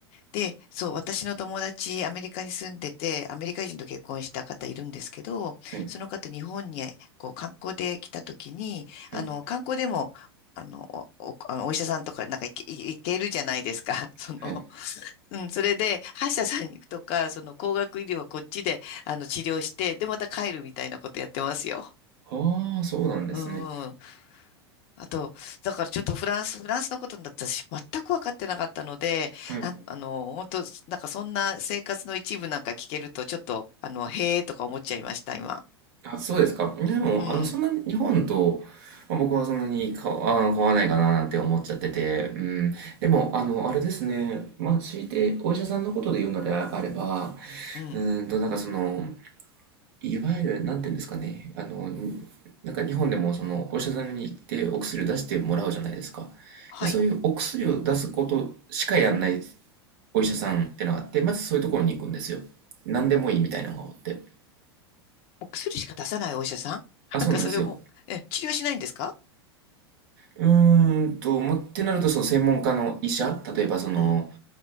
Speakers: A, on the left; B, on the right.
A: で、そう、私の友達、アメリカに住んでて、アメリカ人と結婚した方いるんですけど、
B: はい。
A: その方、日本にこう観光で来た時に、あの、
B: はい。
A: 観光でも、あの、お、おあのお医者さんとか、なんか行け、行けるじゃないですか。<laughs> その、
B: はい。
A: うん、それで、歯医者さんに行くとか、その、高額医療はこっちで、あの、治療して、で、また帰るみたいなことやってますよ。
B: ああ、そうなんですね。
A: うん。あと、だからちょっとフランス、フランスのことだったし、全く分かってなかったので、
B: はい。
A: あ、あの、本当なんかそんな生活の一部なんか聞けると、ちょっと、あの、へえとか思っちゃいました、今。
B: あ、そうですか。でも、
A: うん、
B: あの、そんなに日本と、まあ、僕はそんなにか、あー、変わらないかななんて思っちゃってて、うん。でも、あの、あれですね。まあ、強いてお医者さんのことで言うのであれば、
A: うん。
B: うんと、なんかその、いわゆる、なんていうんですかね、あの、なんか日本でもそのお医者さんに行ってお薬を出してもらうじゃないですか。
A: はい。
B: で、そういうお薬を出すことしかやんないお医者さんってのがあって、まずそういうところに行くんですよ。何でもいいみたいなのがおって。
A: お薬しか出さないお医者さん <laughs>
B: あ、そうなんですよ。
A: なんかそれも、え、治療しないんですか
B: うーんと、ま、ってなると、その専門家の医者、例えばその、
A: うん、